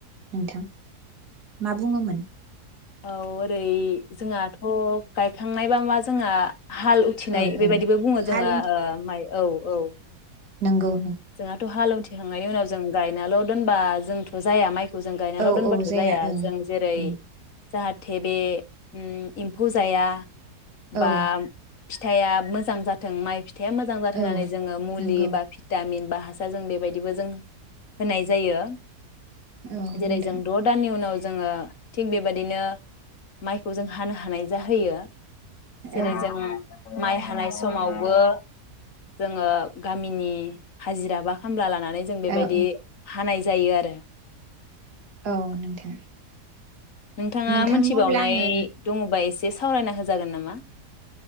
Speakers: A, on the right (about 80°); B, on the left (about 60°).
A: नोंथां माबुङोमोन?
B: <unintelligible> <unintelligible> जोंहाथ' गायखांनायबा मा जोंहा हाल उथिनाय
A: औ
B: बेबायदिबो
A: औ
B: बुङो
A: हाल
B: जोङो माइ औ -औ।
A: नोंगौ।
B: जोंहाथ' हाल उथिखांनायनि उनाव जों गायनाल दोनबा जोंथ' जाया माइखौ जों गायनाल
A: औ
B: दोनबाथ'
A: औ
B: जाया
A: ओं
B: जों जेरै
A: उम
B: जाहाथे बे उम एम्फौ जाया।
A: औ
B: बा फिथाइया मोजां जाथों माइ <unintelligible> फिथाइया मोजांजाथो होननानै
A: औ
B: जोङो मुलि
A: नंगौ
B: बा <unintelligible> गामिन बा हासारजों बेबायदिबो जों। होनाय जायो।
A: औ
B: जेरै
A: नोंथां
B: जों द दाननि उनाव जोङो थिग बेबादिनो माइखौजों हानो हानाय जाहैयो। जेरै
A: औ
B: जोंङो माइ हानाय समावबो जोङो गामिनि हाजिरा बा खामला <unintelligible> <unintelligible> जों बेबायदि
A: औ
B: हानाय <unintelligible> जायो आरो।
A: औ नोंथां।
B: नोंथाङा
A: नोंथां
B: मोनथिबावनाय
A: अब्ला आङो
B: दङबा <unintelligible> बे सावरायना होजागोन नामा।